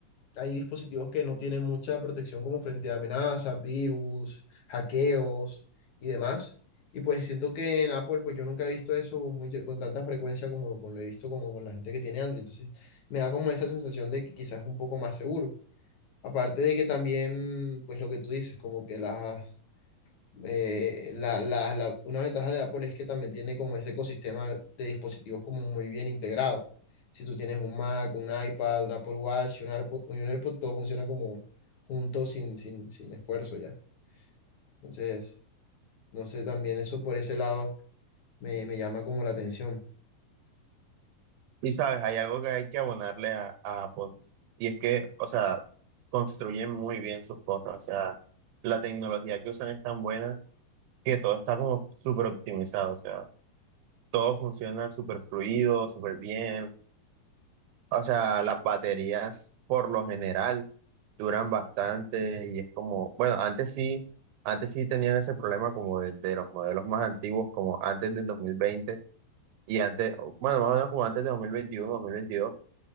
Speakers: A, on the left; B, on the right.
A: hay dispositivos que no tienen mucha protección como frente a amenazas, virus, hackeos y demás. Y pues siento que en Apple, pues yo nunca he visto eso muy- con tanta frecuencia como, como lo he visto como con la gente que tiene Android. Entonces me da como esa sensación de que quizás es un poco más seguro. Aparte de que también, pues lo que tú dices, como que las eh, la, la- la- una ventaja de Apple es que también tiene como ese ecosistema de dispositivos como muy bien integrado. Si tú tienes un Mac, un iPad, un Apple Watch, un AirPod, un AirPod, todo funciona como junto sin, sin, sin esfuerzo ya. Entonces, no sé, también eso por ese lado me, me llama como la atención.
B: Y sabes, hay algo que hay que abonarle a, a Apple, y es que, o sea, construyen muy bien sus cosas, o sea, la tecnología que usan es tan buena que todo está como súper optimizado, o sea todo funciona súper fluido, súper bien, O sea, las baterías por lo general duran bastante y es como, bueno, antes sí, antes sí tenían ese problema como de, de los modelos más antiguos, como antes del 2020 y antes, o, bueno, más o menos como antes de dos dos mil veintiuno dos mil veintidós